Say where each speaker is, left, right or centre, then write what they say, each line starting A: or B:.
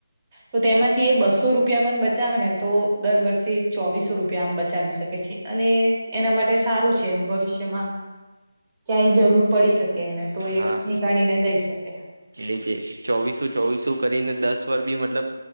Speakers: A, on the right; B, on the right.
A: તો તેમાંથી એ બસો રૂપિયા પણ બચાવે ને તો દર વર્ષે ચોવીસો રૂપિયા આમ બચાવી શકે શકે છે અને એના માટે સારું છે એમ ભવિષ્યમાં ક્યાંય જરૂર પડી શકે એને તો
B: હા
A: એ નીકાળીને દઈ શકે.
B: એ જે ચોવીસું ચોવીસું કરીને દસ વર બી મતલબ